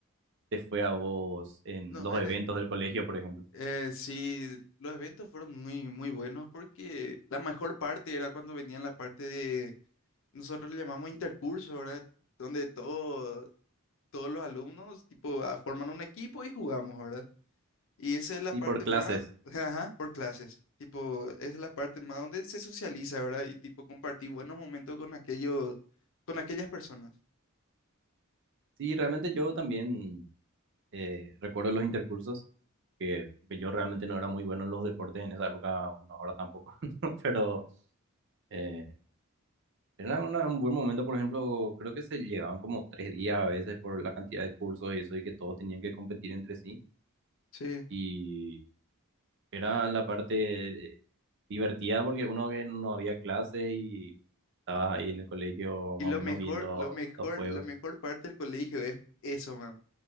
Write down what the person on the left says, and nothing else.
No,
en
Eh, sí, los eventos fueron muy, muy buenos porque la mejor parte era cuando venían la parte de, nosotros le llamamos intercurso, ¿verdad? Donde todo, todos los alumnos tipo ah, forman un equipo y jugamos, ¿verdad? Y esa es la
parte
Por más, clase. <laughs> ajá, por clases, tipo, esa es la parte más donde se socializa, ¿verdad? Y tipo compartir buenos momentos con aquellos, con aquellas personas.
Sí.
Y
lo
mejor,
lo mejor,
la mejor parte del colegio es eso, man,